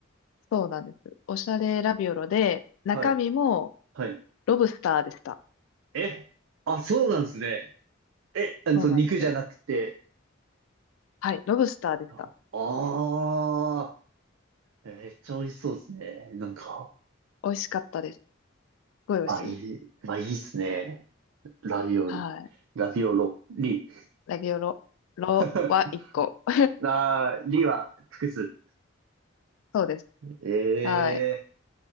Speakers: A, on the left; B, on the right.
A: そうなんです。おしゃれラビオロで、中身も
B: はい。はい。
A: ロブスターでした。
B: え、あ、そうなんですね。え、あそう、
A: そうなんですよ。
B: 肉じゃなくて。
A: はい、ロブスターでした。
B: ああー、めっちゃ美味しそうですね。なんか、
A: 美味しかったです。すごい美味しい。
B: あ、いい、まあ、いいですね。ラビオリ、
A: はい。
B: ラビオロ、リ。
A: ラビオロ、ロは一個。
B: <laughs>
A: <laughs>
B: あー、リは複数。
A: そうです。
B: え
A: はい。
B: え、